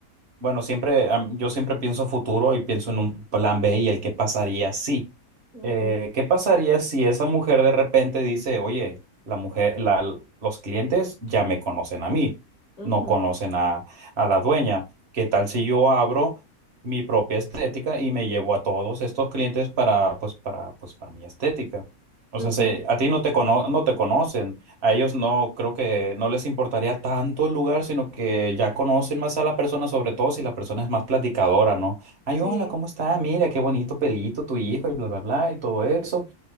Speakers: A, on the right (about 45°); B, on the left (about 30°).
A: bueno, siempre, am- yo siempre pienso futuro y pienso en un plan B y el qué pasaría si.
B: ujú,
A: Eh, ¿qué pasaría si esa mujer de repente dice, oye, la mujer, la, los clientes ya me conocen a mí,
B: ujú,
A: no conocen a, a la dueña? ¿Qué tal si yo abro mi propia estética y me llevo a todos estos clientes para, pues, para, pues, para mi estética? O
B: ujú,
A: sea, se- a ti no te cono- no te conocen. A ellos no, creo que no les importaría tanto el lugar, sino que ya conocen más a la persona, sobre todo si la persona es más platicadora, ¿no? Ay,
B: Sí,
A: hola, ¿cómo está? Mira, qué bonito pelito tu hijo y bla, bla, bla, y todo eso.